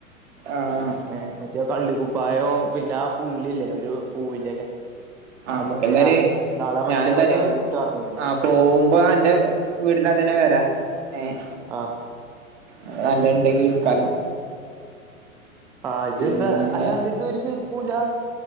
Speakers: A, on the right (about 55°); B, in the centre.
A: ആഹ്
B: എഹ് മറ്റേ കള്ളിക്കുപ്പായോ പിന്നെ ആ പുള്ളില്ലേ ഒരു പൂവിന്റെക്കെ
A: ആഹ്
B: അതുണ്ട്
A: മ്മുക്ക് എന്തായാലും
B: ഞാന് ഇന്നാളെ
A: ഞാനെന്തായാലും
B: മറ്റേ പരിപാടിക്ക് ഇട്ട് വന്നിരുന്നില്ലേ
A: ആഹ് പോവുമ്പോ അൻ്റെ വീടിൻ്റെ അതിനെ വരാ ഏഹ്
B: ആഹ്
A: അവിടെ നല്ലത് ഇണ്ടങ്കി ഇടുക്കാലോ
B: ആഹ്
A: പിന്നെ
B: ജ്ജ്ന്ന് അല്ല അല്ലാന്റെടുത്ത് ഒരു ചെരുപ്പൂല്ലാ